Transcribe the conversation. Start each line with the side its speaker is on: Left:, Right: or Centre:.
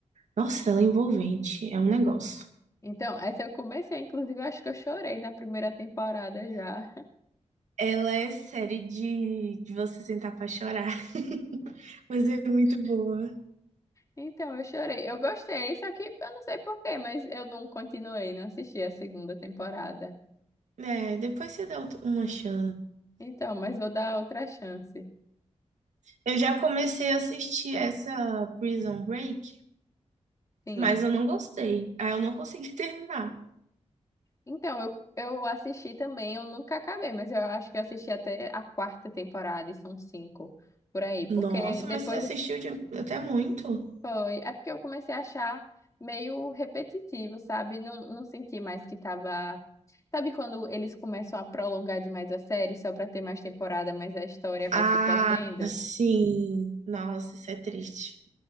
Right: Nossa, ela é envolvente, é um negócio.
Left: Então, essa eu comecei, inclusive, eu acho que eu chorei na primeira temporada já.
Right: Ela é série de, de você sentar pra chorar, <laughs> mas é muito boa.
Left: Então, eu chorei. Eu gostei, só que eu não sei por quê, mas eu não continuei, não assisti a segunda temporada.
Right: É, depois você dá outra- uma chance.
Left: Então, mas vou dar outra chance.
Right: Eu já comecei a assistir essa Prison Break,
Left: Sim.
Right: mas eu não gostei. Aí eu não consegui <laughs> terminar.
Left: Então, eu, eu assisti também, eu nunca acabei, mas eu acho que eu assisti até a quarta temporada, e são cinco por aí. Porque
Right: Nossa,
Left: depois
Right: mas você assistiu de- até muito.
Left: foi. É porque eu comecei a achar meio repetitivo, sabe? Não, não senti mais que tava. Sabe quando eles começam a prolongar demais a série só pra ter mais temporada, mas a história vai
Right: Ah,
Left: se perdendo?
Right: sim. Nossa, isso é triste.